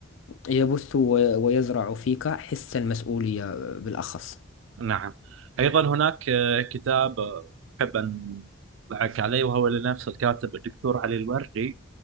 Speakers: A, on the left; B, on the right.
A: يبث ويزرع فيك حس المسؤولية بالأخص
B: نعم أيضا هناك آه، كتاب آه، أحب أن أطلعك عليه وهو لنفس الكاتب الدكتور علي الوردي